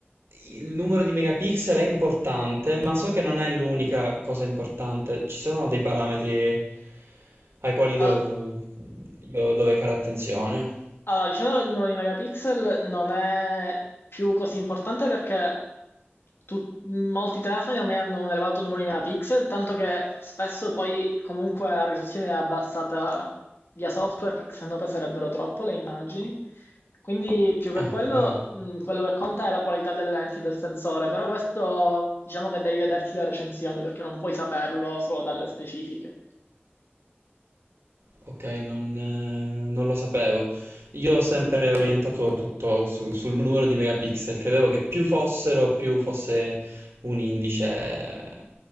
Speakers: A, on the right (about 80°); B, on the left (about 65°).
A: il numero di megapixel è importante, ma so che non è l'unica cosa importante. Ci sono dei parametri ai quali dov-
B: Ah,
A: io dovrei fare attenzione.
B: Allora, diciamo che il numero di megapixel non è più così importante perché tut- molti telefoni ormai hanno un elevato numero di megapixel, tanto che spesso poi comunque la risoluzione è abbassata via software perché sennò peserebbero troppo le immagini. Quindi più che
A: Ah,
B: quello,
A: wow.
B: mh, quello che conta è la qualità delle lenti e del sensore, però questo diciamo che devi vederti le recensioni perché non puoi saperlo solo dalle specifiche.
A: Ok, non, eh, non lo sapevo. Io ho sempre orientato tutto su- sul numero di megapixel, credevo che più fossero, più fosse un indice